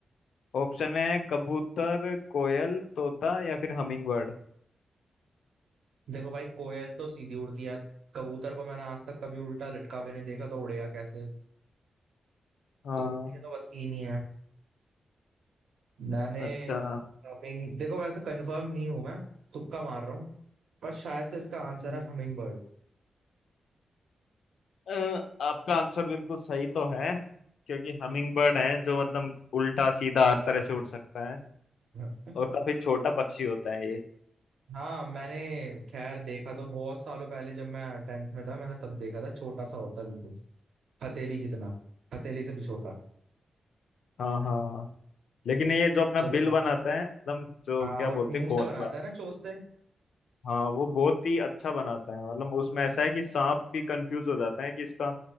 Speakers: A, on the left; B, on the right.
A: ऑप्शन में है कबूतर कोयल तोता या फिर हमिंग बर्ड
B: देखो भाई कोयल तो सीधी उड़ती है कबूतर को मैंने आज तक कभी उल्टा लटका हुए नहीं देखा तो उड़ेगा कैसे
A: हाँ
B: तोड़ने की तो बस की नहीं है मैंने
A: अच्छा
B: हमिंग देखो वैसे कंफर्म नहीं हूं मैं तुक्का मार रहा हूँ पर शायद से इसका आंसर
A: हम्म,
B: है हमिंग बर्ड
A: अ, आपका आंसर बिल्कुल सही तो है क्योंकि हमिंग बर्ड है जो मतलब उल्टा सीधा हर तरह से उड़ सकता है
B: <laughs>
A: और काफी छोटा पक्षी होता है ये
B: हाँ मैंने खैर देखा तो बहुत सालों पहले जब मैं टेंथ में था मैंने तब देखा था छोटा सा होता है बिल्कुल हथेली जितना हथेली से भी छोटा
A: हाँ हाँ लेकिन ये जो अपना
B: चलो
A: बिल बनाता है एकदम जो
B: हाँ
A: क्या
B: वो
A: बोलते
B: मुंह
A: हैं घोंसला
B: से बनाता है ना चोंच से
A: हाँ वो बहुत ही अच्छा बनाता है मतलब उसमें ऐसा है कि सांप भी कंफ्यूज हो जाता है कि इसका